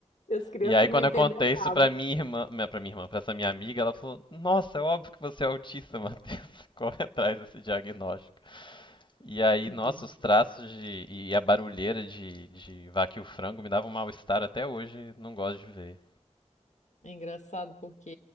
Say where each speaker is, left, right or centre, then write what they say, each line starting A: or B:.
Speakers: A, on the left; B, on the left.
A: E as crianças
B: E aí quando
A: não entenderam
B: eu contei isso
A: nada.
B: pra minha irmã, minha- pra minha irmã, pra essa minha amiga, ela falou: "Nossa, é óbvio que você é autista, <laughs> Matheus. Corre atrás desse diagnóstico." E aí,
A: Entendi.
B: nossa, os traços de, e a barulheira de, de Vaca e o Frango me davam um mal-estar até hoje, não gosto de ver.
A: É engraçado porque